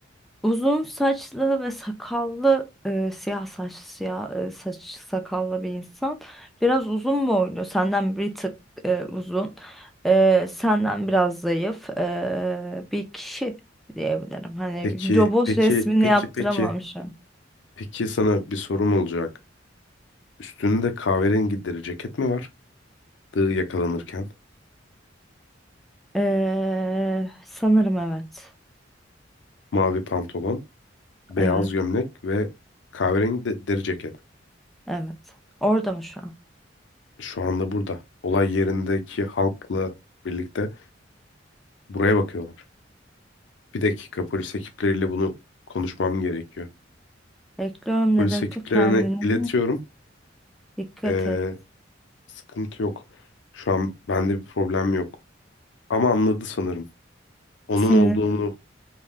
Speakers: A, in the centre; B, on the left.
A: Uzun saçlı ve sakallı e, siyah saç siyah e, saç sakallı bir insan. Biraz uzun boylu, senden bir tık e, uzun, e, senden biraz zayıf e, bir kişi diyebilirim. Hani
B: Peki,
A: robot
B: peki,
A: resmini
B: peki,
A: yaptıramam
B: peki.
A: şu an.
B: Peki sana bir sorum olacak. Üstünde kahverengi deri ceket mi var? Dığı yakalanırken.
A: Ee, sanırım evet.
B: Mavi pantolon, beyaz
A: Evet,
B: gömlek ve kahverengi de deri ceket.
A: evet. Orada mı şu an?
B: şu anda burada. Olay yerindeki halkla birlikte buraya bakıyorlar. Bir dakika polis ekipleriyle bunu konuşmam gerekiyor.
A: Bekliyorum
B: Polis
A: dedektif
B: ekiplerine
A: kendine
B: iletiyorum.
A: dikkat
B: Ee,
A: et.
B: sıkıntı yok. Şu an bende bir problem yok. Ama anladı sanırım. Onun
A: Seni
B: olduğunu